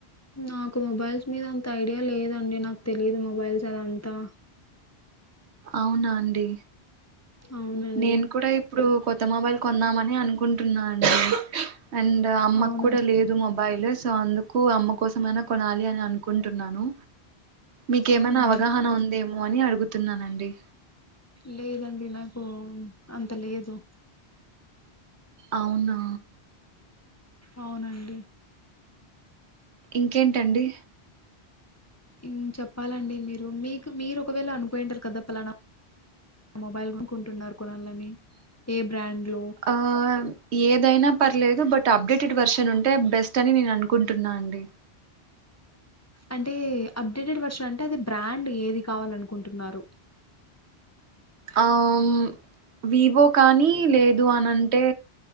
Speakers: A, on the left; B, on the right.
A: నాకు మొబైల్స్ మీద అంత ఐడియా లేదండి. నాకు తెలిదు మొబైల్స్ అదంతా.
B: అవునా అండి.
A: అవునండి
B: నేను కూడా ఇప్పుడు కొత్త మొబైల్ కొందామని అనుకుంటున్నా అండి. అండ్ అమ్మకు
A: అవునండి
B: కూడా లేదు మొబైల్ సో అందుకు అమ్మ కోసం మైనా కొనాలి అని అనుకుంటున్నాను. మీకేమైనా
A: అవునండి
B: అవగాహన ఉందేమో అని అడుగుతు తున్నానండి.
A: లేదండి నాకు అంత లేదు.
B: అవునా.
A: అవునండి.
B: ఇంకేంటండి.
A: ఉమ్ చెప్పాలండి మీరు మీకు మీరు ఒకవేళ అనుకోయింటారు కదా ఫలానా మొబైల్ కొనుకుంటున్నారు కొనాలని ఏ బ్రాండ్ లో
B: ఆహ్ ఏదైనా పర్లేదు బట్ అప్డేటెడ్ వర్షన్ ఉంటే బెస్ట్ అని నేను అనుకుంటున్నా అండి.
A: అంటే అప్డేటెడ్ వర్షన్ అంటే అది బ్రాండ్ ఏది కావాలనుకుంటున్నారు.
B: ఆహ్ వివో కానీ లేదు అన్ని అంటే